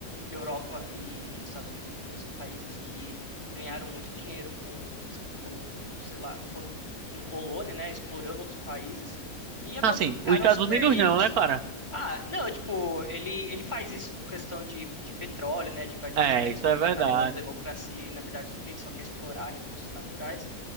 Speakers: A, on the left (about 20°); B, on the right (about 80°).
A: Europa e Estados Unidos, né, são países que ganharam muito dinheiro com, com, sei lá, col- com colônia, né, explorando outros países e, abandon-
B: Assim,
A: e ficaram
B: os Estados
A: super
B: Unidos
A: ricos.
B: não, né, cara?
A: Ah, não, tipo, ele, ele faz isso com questão de, de petróleo, né, de invadir
B: É,
A: outros países,
B: isso
A: falando
B: é verdade.
A: que tá levando democracia e, na verdade, ele só quer explorar recursos naturais.